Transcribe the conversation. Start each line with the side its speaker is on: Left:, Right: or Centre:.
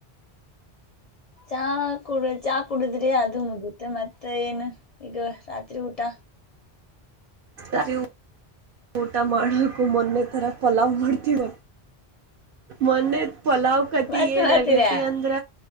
Left: ಚಾ ಕುಡ ಚಾ ಕುಡುದ್ರಿ ಅದು ಮುಗಿತು ಮತ್ತ ಏನು ಈಗ ರಾತ್ರಿ ಊಟ.
Right: ದ ಇ ಉ ಊಟ ಮಾಡಕು ಮೊನ್ನೆ ತರ ಪಲಾವ್ ಮಾಡ್ತಿವ. ಮೊನ್ನೆದ್ ಪಲಾವ್ ಕತಿ
Left: ಮತ್
Right: ಏಣ್
Left: ಮಾಡ್ತೀರಾ
Right: ಆಗೇತಿ ಅಂದ್ರ.